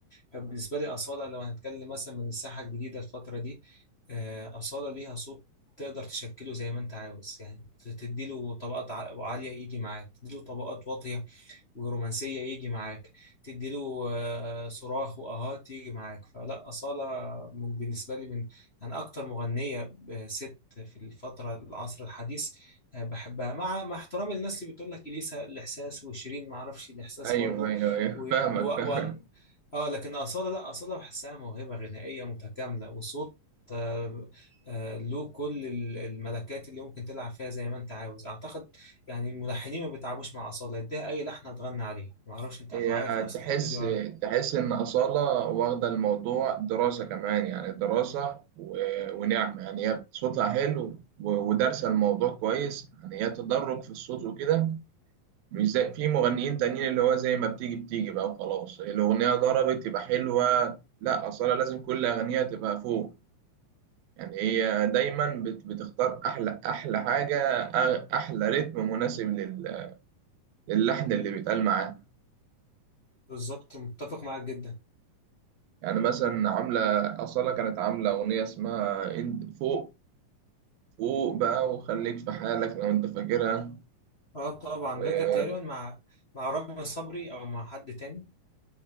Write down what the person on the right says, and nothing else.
أيوه
أيوه أيوه
فاهمك
فاهمك
هي
تحس
تحس إن أصالة واخدة الموضوع دراسة كمان يعني دراسة و- ونعمة يعني هي صوتها حلو و- ودارسة الموضوع كويس يعني هي تدرج في الصوت وكده مش زي في مغنيين تانيين اللي هو زي ما بتيجي بتيجي بقى وخلاص الأغنية ضربت يبقى حلوة لا أصالة لازم كل أغنية تبقى فوق يعني هي دايما بت- بتختار أحلى أحلى حاجة أغ- أحلى رتم مناسب لل- للحن اللي بيتقال معاه
يعني مثلا عاملة أصالة كانت عاملة أغنية اسمها انت فوق فوق بقى وخليك في حالك لو أنت فاكرها
و...